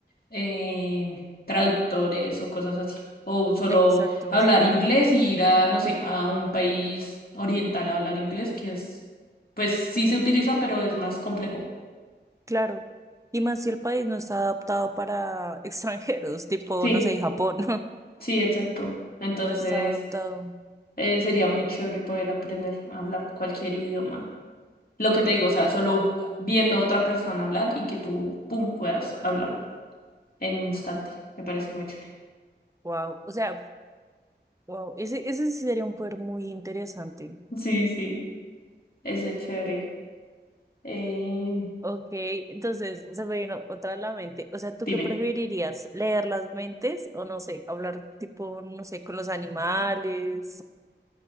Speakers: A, on the left; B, on the right.
A: eh, traductores o cosas así. O solo
B: exacto,
A: hablar inglés y ir a, no sé, a un país oriental a hablar inglés, que es, pues sí se utiliza, pero es más complejo.
B: claro. Y más si el país no está adaptado para extranjeros, tipo,
A: Sí,
B: no sé, Japón, <laughs>
A: sí, exacto. Entonces,
B: no está adaptado.
A: eh, sería muy chévere poder aprender a hablar cualquier idioma. Lo que te digo, o sea, solo viendo a otra persona hablar y que tú, pum, puedas hablarlo en un instante. Me parece muy chévere.
B: Wow, o sea, wow, ese, ese sí sería un poder muy interesante.
A: Sí, sí, ese es chévere. Eh,
B: Ok, entonces se me vino otra a la mente. O sea, ¿tú
A: dime.
B: qué preferirías? ¿Leer las mentes o no sé, hablar tipo, no sé, con los animales?